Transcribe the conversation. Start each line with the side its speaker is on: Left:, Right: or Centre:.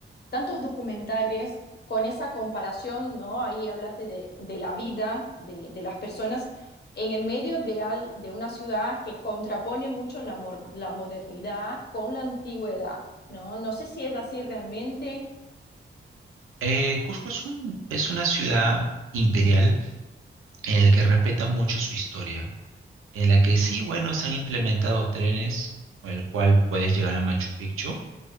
Left: tantos documentales con esa comparación, ¿no? Ahí hablaste de, de la vida de, de, las personas en el medio de, al, de una ciudad que contrapone mucho la, la, modernidad con la antigüedad, ¿no? No sé si es así realmente.
Right: Eh, Cusco es un, es una ciudad imperial en la que respeta mucho su historia, en la que sí, bueno, se han implementado trenes con el cual puedes llegar a Machu Picchu,